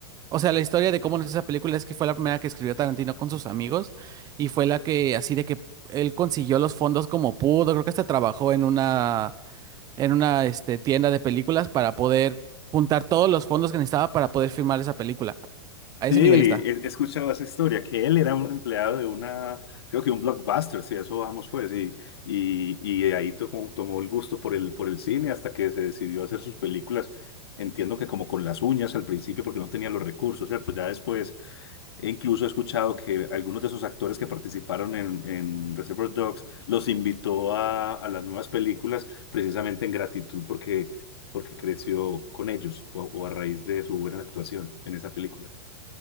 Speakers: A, on the right; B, on the left.
A: o sea, la historia de cómo nace esa película es que fue la primera que escribió Tarantino con sus amigos y fue la que así de que él consiguió los fondos como pudo, creo que hasta trabajó en una en una este, tienda de películas para poder juntar todos los fondos que necesitaba para poder filmar esa película. A ese
B: Sí, he,
A: nivel está.
B: he escuchado esa historia, que él era un empleado de una, creo que un Blockbuster, sí, eso vamos pues, y, y, y de ahí tomó, tomó el gusto por el, por el cine hasta que se decidió a hacer sus películas, entiendo que como con las uñas al principio porque no tenía los recursos, ¿cierto? Ya después E incluso he escuchado que algunos de esos actores que participaron en, en Reservoir Dogs los invitó a, a las nuevas películas precisamente en gratitud porque, porque creció con ellos o, o a raíz de su buena actuación en esa película.